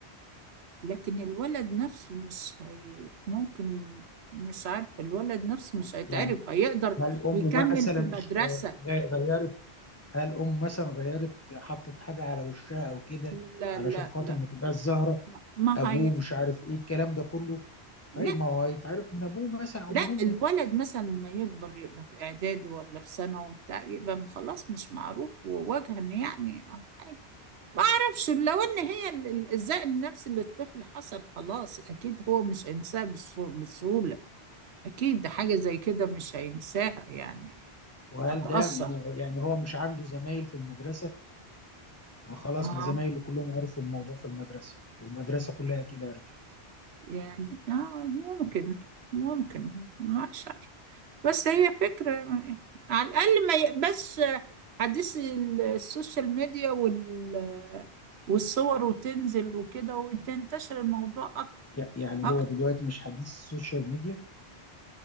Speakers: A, on the right; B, on the left.
A: لكن الولد نفسه مش هي... ممكن مش عارف الولد نفسه مش هيتعرف
B: يعني
A: هيقدر
B: هل أمه
A: يكمل
B: مثلا
A: في مدرسة
B: اخ- آه، غيرت هل أم مثلا غيرت حطت حاجة على وشها أو كده
A: لا
B: علشان
A: لا
B: خاطر
A: لا
B: ما تبقاش زهرة
A: ما ما
B: أبوه
A: هي
B: مش عارف إيه الكلام ده كله طيب
A: لا
B: ما هو هيتعرف من أبوه مثلا أو
A: لا
B: من أمه
A: الولد مثلا لما يكبر يبقى في اعدادي ولا في ثانوي وبتاع يبقى م- خلاص مش معروف ووجها يعني او حاجه ما اعرفش لو ان هي ال- الايذاء النفسي للطفل حصل خلاص اكيد هو مش هينساها بالص- بسهوله اكيد حاجه زي كده مش هينساها يعني
B: وهل
A: هتأثر
B: ده م- يعني هو مش عنده زمايل في المدرسة ما خلاص
A: اه
B: ما زمايله كلهم عرفوا الموضوع في المدرسة والمدرسة كلها أكيد عرفت
A: يعني اه ممكن ممكن ما شعر بس هي فكرة على الأقل ما يقبس حديث ال- السوشيال ميديا وال والصور وتنزل وكده وتنتشر الموضوع أك-
B: يع- يعني
A: أكتر
B: هو دلوقتي مش حديث السوشيال ميديا